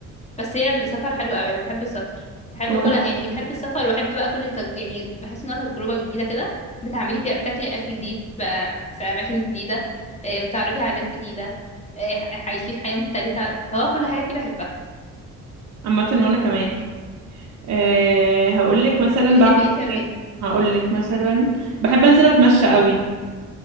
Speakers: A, on the left; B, on the right.
A: بس هي السفر حلو قوي انا بحب السفر بحب
B: وانا
A: كل يعني بحب السفر وبحب بقى كل التج... يعني بحس انها تجربه جديده كده بتعملي فيها بتاكلي اكل جديد بقى في اماكن جديده آه، بتعرفي على ناس جديده آه، عايشين حياه مختلفه هو كل حاجه فيه بحبها
B: عامه وانا كمان أه هقول لك مثلا
A: بتحبي
B: بعمل
A: ايه كمان
B: ايه هقول لك مثلا بحب انزل اتمشى قوي